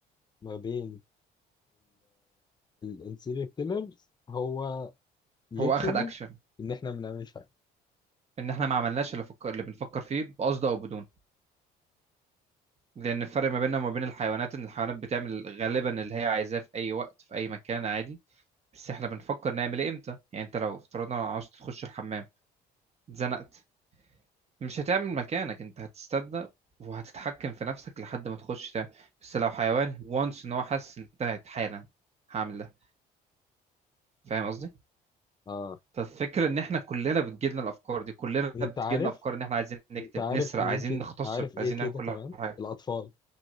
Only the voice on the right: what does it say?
هو اخد اكشن
ان احنا ما عملناش اللي فكر اللي بنفكر فيه بقصد او بدون لان الفرق ما بيننا وما بين الحيوانات ان الحيوانات بتعمل غالبا اللي هي عايزاه في اي وقت في اي مكان عادي بس احنا بنفكر نعمل ايه امتى يعني انت لو افترضنا عاوز تخش الحمام اتزنقت مش هتعمل مكانك انت هتستنى وهتتحكم في نفسك لحد ما تخش تعمل بس لو حيوان وانس ان هو حاسس انتهت حالا هعمل ده فاهم قصدي
فالفكره ان احنا كلنا بتجيلنا الافكار دي كلنا
بتجيلنا
افكار ان احنا عايزين نكتب
نسرق
عايزين
نغتصب
عايزين
نعمل كل
حاجه